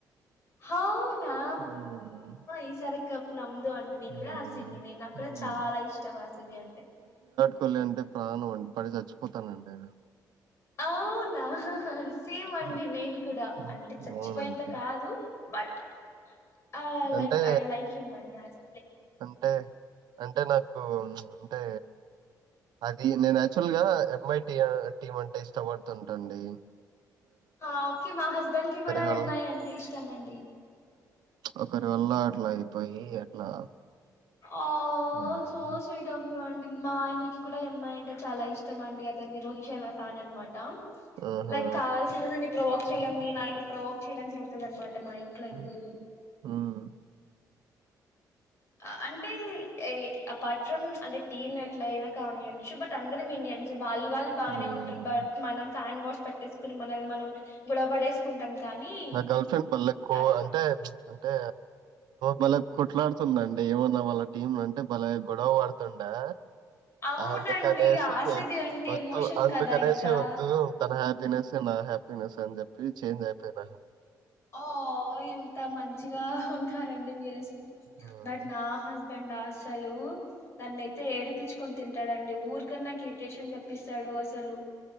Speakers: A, on the left; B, on the right.
A: అవునా
B: హ్మ్.
A: ఈసారి కప్ నమ్ మందె అండి నేను
B: హ్మ్.
A: కూడా అర్ సి బి ని నాకు కూడా
B: హ్మ్.
A: చాలా ఇష్టం అర్ సి బి అంటే
B: లే అంటే ప్రాణం అండి పడి చచ్చిపోతానండి నేను
A: అవునా? సేమ్ అండి
B: హ్మ్.
A: నేను కూడా
B: హ్మ్.
A: అంటే చచ్చిపోయంత
B: అవునండి.
A: కాదు బట్ ఆ లైక్
B: అంటే,
A: ఐ లైక్ హిమ్ అండి ఎస్
B: అంటే అంటే నాకు అంటే అది నేను యాక్చువల్ గా ఎంఐ టీ టీమ్ అంటే ఇష్టపడుతుంటాండి
A: హ ఓకే మా హస్బెండ్ కి కూడా
B: వల్ల
A: ఎమ్ మై అంటే ఇష్టంమండి
B: ఒకరి వల్ల అట్లా అయిపోయి అట్లా
A: ఆ
B: ఆహ్,
A: సో స్వీట్ఫ్ ఆఫ్ యూ అండి మా ఆయనకి కూడా ఎమ్మాయి అంటే చాలా ఇష్టం అండి అతన్ని రోహిష్ అన్మా ఫ్యాన్ అనమాట
B: ఆహా!
A: లైక్ కావాల్సింది నన్ను ప్రవోక్ చేయడం నే ఆయన్ని ప్రవోక్ చేయడం జరుగుతుంది అన్నమాట అంటే మా ఇంట్లో
B: హ్మ్.
A: ఎప్పుడు
B: హ్మ్.
A: అ అంటే అపార్ట్ ఫ్రమ్ అంటే టీమ్ ఎట్లయినా కానియచ్చు బట్ అందరం ఇండియన్స్ వాళ్ళు వాళ్ళు బానే
B: హ్మ్.
A: ఉంటారు బట్ మనం ఫ్యాన్ వార్స్ పెట్టేసుకుని మనల్ని మనం గొడవ పడేసుకుంటాం కానీ
B: నా గర్ల్ ఫ్రెండ్ బల్లక్కో
A: అ-
B: అంటే అంటే బలే కొట్లాడుతుండండి ఏమన్నా వాళ్ళ టీమ్ అంటే బలే గొడవ వడుతుండే
A: అవునండి
B: అందు కనేసి
A: ఆర్‌సీబీ అంటే
B: వద్దు
A: ఎమోషన్
B: అందు
A: కదా
B: కనేసి
A: ఇంకా.
B: వద్దు తన హ్యాపినెస్ నా హ్యాపీనెస్ అని చెప్పి చేంజ్ అయిపోయిన
A: అ్వ్వ్ ఎంత మంచిగా ఉన్నారండి మీరు అసలు
B: ఆ,
A: బట్ నా హస్బెం అండ్ అసలు నన్నయితే ఏడిపిచుకొని తింటాడండి ఊరికన్నా నాకు ఇరిటేషన్ తెప్ ప్పిస్తాడు అసలు